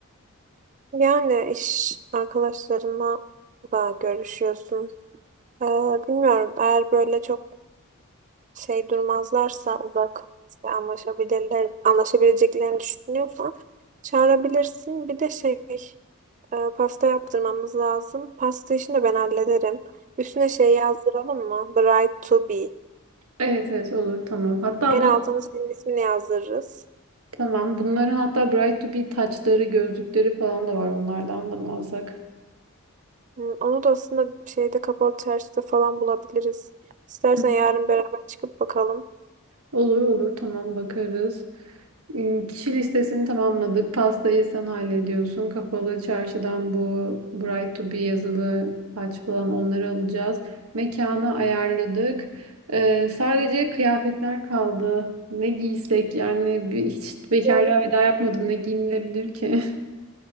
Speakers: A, on the right; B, on the right.
A: Yani iş arkadaşlarına da görüşüyorsun. Ee, bilmiyorum eğer böyle çok şey durmazlarsa uzak işte anlaşabilirler, anlaşabileceklerini düşünüyorsan çağırabilirsin. Bir de şey e, pasta yaptırmamız lazım. Pasta işini de ben hallederim. Üstüne şey yazdıralım mı? Bride to be.
B: Evet evet olur tamam. Hatta
A: En
B: bunu
A: altına senin ismini yazdırırız.
B: tamam. Bunların hatta Bright to be taçları, gözlükleri falan da var onlardan da mı alsak?
A: Hı, Onu da aslında şeyde kapalı çarşıda falan bulabiliriz. İstersen
B: Hı.
A: yarın beraber çıkıp bakalım.
B: Olur olur tamam bakarız. Ee, Kişi listesini tamamladık. Pastayı sen hallediyorsun. Kapalı çarşıdan bu Bright to be yazılı taç falan onları alacağız. Mekanı ayarladık. Ee, sadece kıyafetler kaldı. Ne giysek yani bir, hiç bekarlığa
A: Evet.
B: veda yapmadım. Ne giyinilebilir ki? <laughs>